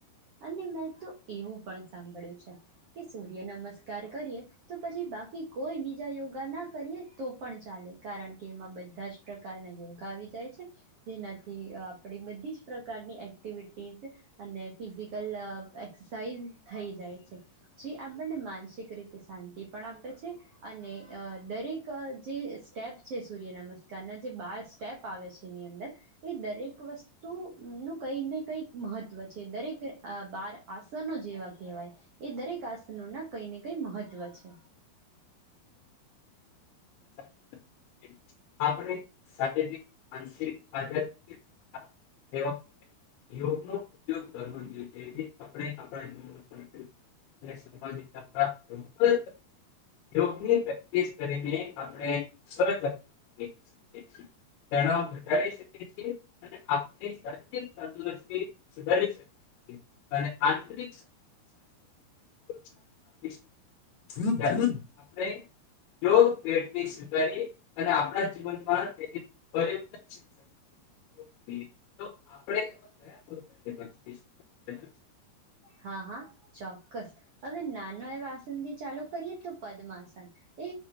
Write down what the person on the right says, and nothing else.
અને મે તો એવું પણ સાંભળ્યું છે, કે સૂર્ય નમસ્કાર કરીએ તો પછી બાકી કોઈ બીજા યોગા ના કરીએ તો પણ ચાલે, કારણ કે એમાં બધા જ પ્રકારના યોગા આવી જાય છે, જેનાથી આપડી બધી જ પ્રકારની એક્ટિવિટી અને ફિઝિકલ એક્સરસાઇઝ થઈ જાય છે, જે આપણને માનસિક રીતે શાંતિ પણ આપે છે અને દરેક જે સ્ટેપ છે સૂર્યનમસ્કારના જે બાર સ્ટેપ આવે છે એની અંદર એ દરેક વસ્તુનું કંઈક ને કંઈક મહત્ત્વ દરેક બાર આસનો જેવા કહેવાય એ, દરેક આસનો ના કઈ ને કઈ મહત્વ છે.
હા હા ચોક્કસ, હવે નાનો એવા આસનથી ચાલુ કરીએ તો પદ્માસન, એ